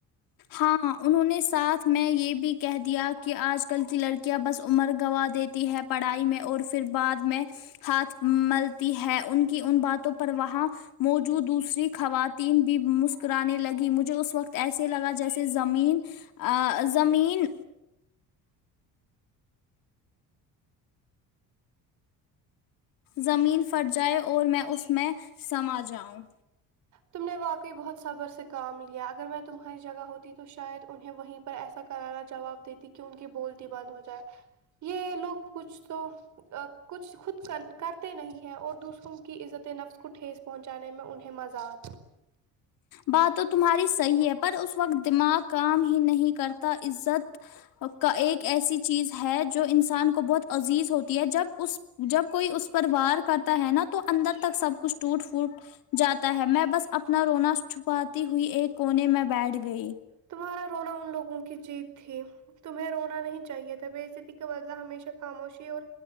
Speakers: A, on the left (about 65°); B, on the right (about 55°).
A: ہاں انہوں نے ساتھ میں یہ بھی کہہ دیا کہ آج کل کی لڑکیاں بس عمر گوا دے تی ہے پڑھائی میں اور پھر بعد میں ہاتھ ملتی ہے ان کی ان باتوں پر وہاں موجود دوسری خواتین بھی مسکرانے لگی مجھے اس وقت ایسے لگا جیسے زمین آ زمین زمین پھٹ جائے اور میں اس میں سما جاؤں
B: تم نے واقعی بہت صبر سے کام لیا اگر میں تمہاری جگہ ہوتی تو شاید انہیں وہیں پر ایسا کرارا جواب دیتی کہ ان کی بولتی بند ہو جائے یہ لوگ کچھ تو کچھ خود کرتے نہیں ہے اور دوسر روں کی عزت نفس کو ٹھیس پہنچانے میں انہیں مزہ آ
A: بات تو تمہاری صحیح ہے پر اس وقت دماغ کام ہی نہیں کرتا عزت کا ایک ایسی چیز ہے جو انسان کو بہت عزیز ہوتی ہے جب اس جب کوئی اس پر وار کرتا ہے نا تو اندر تک سب کچھ ٹوٹ پھوٹ جاتا ہے میں بس اپنا رونا چھپاتی ہوئی ایک کونے میں بیٹھ گئی
B: تمہارا رونا ان لوگوں کی جیت تھی تمہیں رونا نہیں چاہیے تھا بعزتی کا بدلہ ہمیشہ خاموشی اور